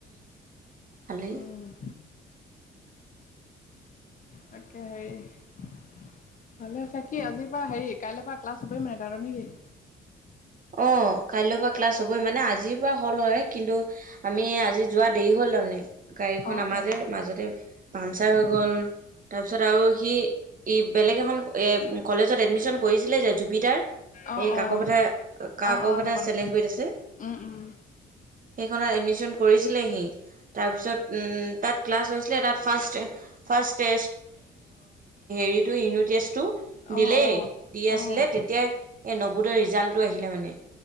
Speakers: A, on the right; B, on the left.
A: ভালেই।
B: উম, তাকে, হেৰি ভালে চ কি আজিৰ পৰা হেৰি কাইলৈ পৰা ক্লছ হবই মানে, তাৰ নেক কি
A: অ, 'কাইলৈ পৰা ক্লাছ হবই মানে আজিৰ পৰা হল হয় কিন্তু আমি আজি যোৱা দেৰি হ'ল তাৰমানে গাড়ীখন
B: অ',
A: আমাজে
B: অ',
A: মাজতে পাংচাৰ হৈ
B: অ',
A: গ'ল তাৰপিছত আৰু সি ই বেলেগ এখন কলেজত এডমিশ্যন কৰিছিলে যে জুবটাৰ
B: অ',
A: সেই কাকৰ
B: অ',
A: পথাাৰ কাকভটা
B: অ', অ', সেইকণ
A: চেলেংগুত আছে
B: উম, উম,
A: সেইখনত এডমিশন কৰিছিলেহি। তাৰপিছত তাত ক্লাছ হৈছিলে তাত ফাৰ্ষ্ট ফাৰ্ষ হটো
B: অ',
A: দিলেই
B: অ',
A: দি আছিলে
B: অ',
A: তেতিয়া এই নবদৰ ৰিজাল্টটো আহিলে মানে